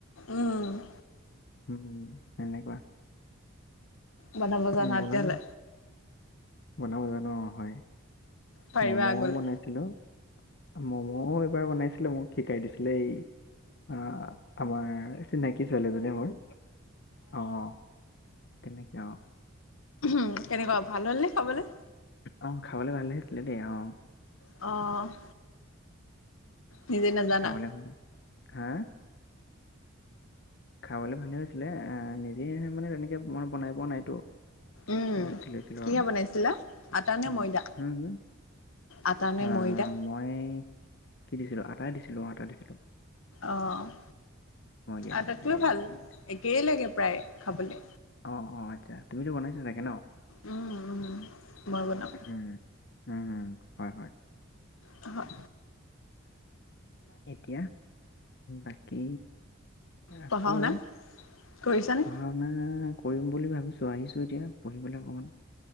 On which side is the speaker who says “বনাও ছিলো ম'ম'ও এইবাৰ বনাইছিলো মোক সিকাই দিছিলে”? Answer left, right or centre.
Left